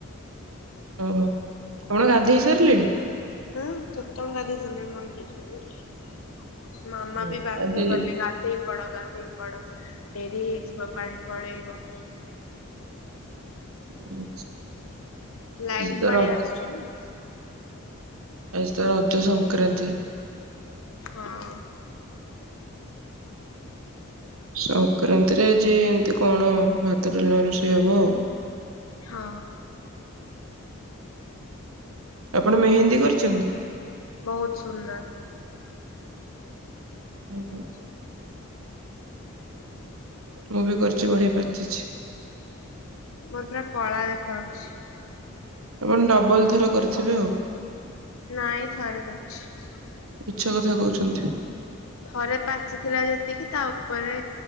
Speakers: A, on the right (about 75°); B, on the left (about 75°).
A: ଓହୋ ଆପଣ ଗାଧୋଇ ସାରିଲେଣି?
B: ହୁଁ ଚତଳୁ ଗାଧିଇ ସାରିଲଣି ମନ୍ଦିର ଯିବି ବୋଲି। ମାମା
A: ହୁଁ
B: ବି ବାଧ୍ୟ
A: ଆଜି
B: କଲେ ଗାଧେ ପଡ ଗାଧେଇ ପଡ ଡେରି ହେଇଯିବ ପାଣି ପଳେଇବ।
A: ହୁଁ
B: ଲାଇନ
A: ଆଜି ତ
B: ପାଳି
A: ରଜ
B: ଆସୁଛି ନା
A: ଆଜି ତ ରଜ ସଂକ୍ରାନ୍ତି।
B: ହଁ
A: ସଂକ୍ରାନ୍ତି ନ୍ତିରେ ଯେ ଏମିତି କଣ ଭାତ ଡାଲମା ରୋଷେଇ ହବ
B: ହଁ
A: ଆପଣ ମେହେନ୍ଦୀ କରିଛନ୍ତି
B: ବହୁତ ସୁନ୍ଦର
A: ହୁଁ
B: <inaudible>
A: ମୁଁ ବି କର ଯେଉ ଭଳିଆ ପାଚିଛି
B: ମ ପୁରା କଳା ଦେଖାଯାଉଛି
A: ଆପଣ ଡବଲ ଥର କରିଥିବେ ଆଉ
B: ନାଇଁ ଥରେ କରିଛି
A: ମିଛ କଥା କହୁଛନ୍ତି
B: ଥରେ ପାଚିଥିଲା ଯେତିକି ତା ଉପରେ